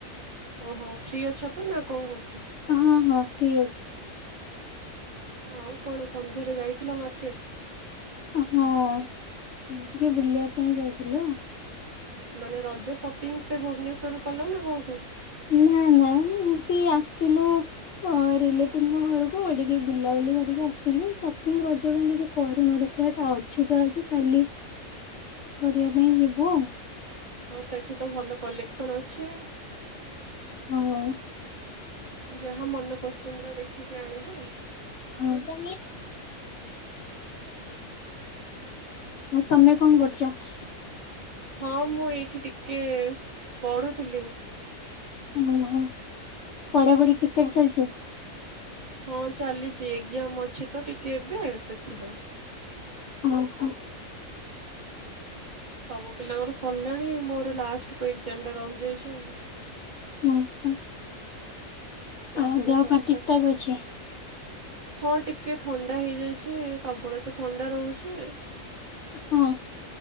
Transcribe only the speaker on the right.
ଓହୋ ଫ୍ରି ଅଛ ତ ନା କଣ କରୁଛ?
ଆଉ କଣ ସନ୍ଧ୍ୟାରେ ଯାଇଥିଲ ମାର୍କେଟ?
ମାନେ ରଜ ସପିଙ୍ଗ ସେ ଭୁବନେଶ୍ୱରରୁ କଲ ନା କେଉଁଠୁ?
ହଁ ସେଇଠି ତ ଭଲ କଲେକ୍ସନ୍ ଅଛି।
ଯାହା ମନପସନ୍ଦର ଦେଖିକି ଆଣିବ ଆଉ।
ହଁ ମୁଁ ଏଇଠି ଟିକେ ପଢ଼ୁଥିଲି।
ହଁ ଚାଲିଛି ଏକ୍ଜାମ ଅଛି ତ ଟିକେ ଏବେ ସେଥିପାଇଁ।
ସବୁ ପିଲାଙ୍କର ସରିଲାଣି ମୋର ଲାଷ୍ଟକୁ ଏକ୍ଜାମ ଟା ରହିଯାଇଛି ଆଉ।
ସେ
ଆମର
ସରିଲା
ହଁ ଟିକେ ଥଣ୍ଡା ହେଇଯାଇଛି। ସବୁବେଳେ ତ ଥଣ୍ଡା ରହୁଛି।